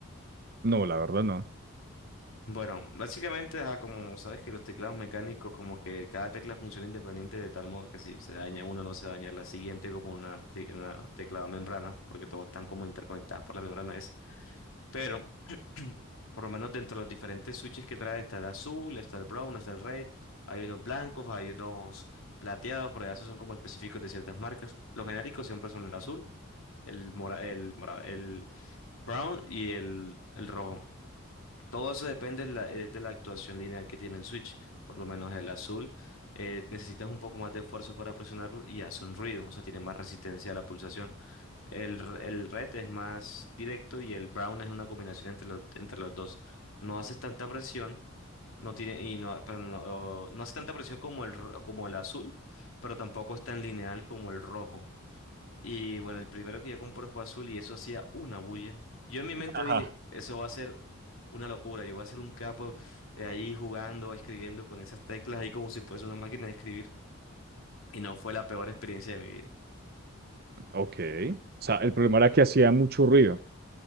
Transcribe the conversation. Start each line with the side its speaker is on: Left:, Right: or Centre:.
Right: No, la verdad no.
Left: Bueno, básicamente, ajá, como sabes que los teclados mecánicos, como que cada tecla funciona independiente de tal modo que si se daña uno, no se daña la siguiente, como una, te- una teclado membrana, porque todos están como interconectados por la membrana es. Pero, <clears throat> por lo menos dentro de los diferentes switches que trae, está el azul, está el brown, está el red, hay unos blancos, hay unos plateados, pero ya esos son como específicos de ciertas marcas. Los genéricos siempre son el azul, el mora, el mora- el brown y el, el rojo. Todo eso depende de la, eh, de la actuación lineal que tiene el switch. Por lo menos el azul, eh, necesitas un poco más de esfuerzo para presionarlo y hace un ruido, o sea, tiene más resistencia a la pulsación. El, r- el red es más directo y el brown es una combinación entre los, entre los dos. No haces tanta presión, no tiene, y no, perdón, no, no hace tanta presión como el, ro- como el azul, pero tampoco es tan lineal como el rojo. Y bueno, el primero que yo compré fue azul y eso hacía una bulla. Yo en mi mente
Right: Ajá.
Left: dije, eso va a ser una locura, yo voy a ser un capo eh, ahí jugando, escribiendo con esas teclas ahí como si fuese una máquina de escribir. Y no fue la peor experiencia de mi vida.
Right: Ok. O sea, el problema era que hacía mucho ruido.